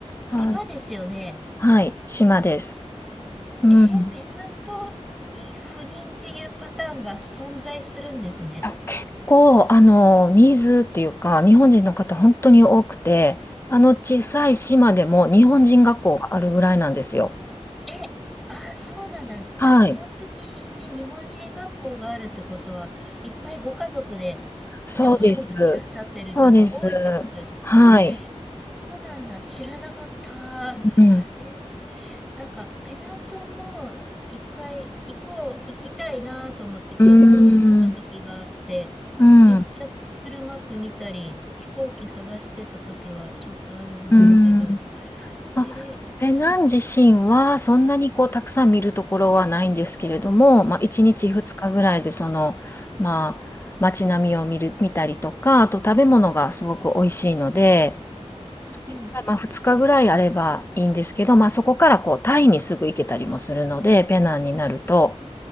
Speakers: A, on the left; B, in the centre.
A: あ、
B: 島ですよね。
A: はい、島です。うん。
B: えー、ペナントに不妊っていうパターンが存在するんですね。
A: あ結構、あの、ニーズっていうか、日本人の方本当に多くて、あの小さい島でも日本人学校があるぐらいなんですよ。
B: え、ああ、そうなんだ。じゃあ、
A: はい。
B: 本当にね、日本人学校があるってことは、いっぱいご家族で、
A: そうです。
B: ね、お仕事にいらっしゃってる方多いってことですね。
A: そうです。はい。
B: えそうなんだ。知らなかった。
A: うん。
B: えーなんか、ペナントも一回行こう、行きたいなと思って検討してた時があって、
A: うーん。うん。
B: めっちゃ Google マップ見たり、飛行機探してた時はちょっとあるんですけど、
A: うん。あペナン自身はそんなにこうたくさん見るところはないんですけれども、
B: えー、
A: まあ、1日2日ぐらいでその、まあ、街並みを見る、見たりとかあと食べ物がすごく美味しいのでそれがまあ2日ぐらいあればいいんですけど、
B: うんうん、
A: まあ、そこからこうタイにすぐ行けたりもするのでペナンになると